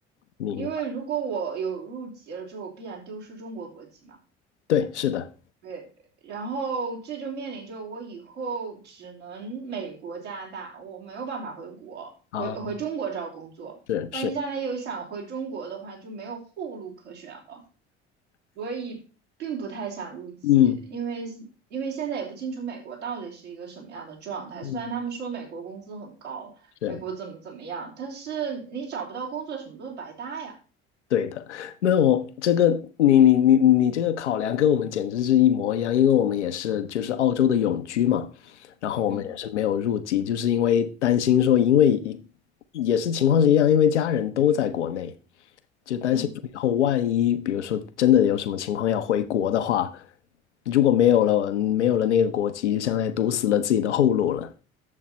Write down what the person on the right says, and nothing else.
因为如果我有入籍了之后，我必然丢失中国国籍嘛。
对，然后这就面临着我以后只能美国、加拿大，我没有办法回国，
回回中国找工作。
万一将来有想回中国的话，就没有后路可选了。所以并不太想入籍，
因为因为现在也不清楚美国到底是一个什么样的状态。
虽然他们说美国工资很高，
美国怎么怎么样，但是你找不到工作，什么都是白搭呀。
嗯
嗯。